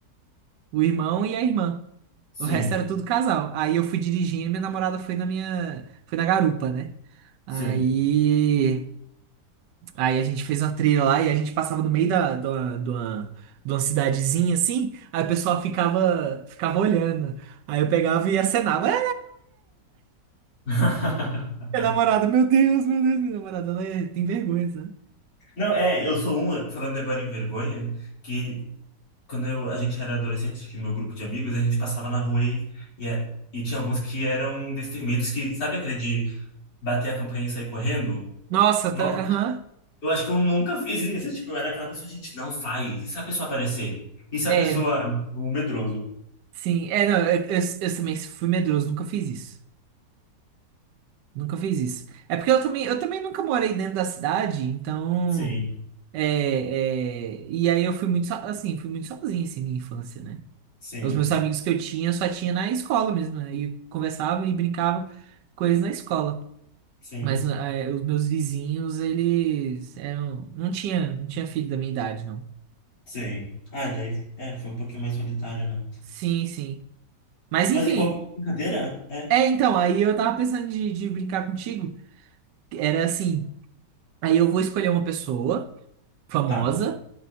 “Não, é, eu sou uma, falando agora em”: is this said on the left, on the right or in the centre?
Left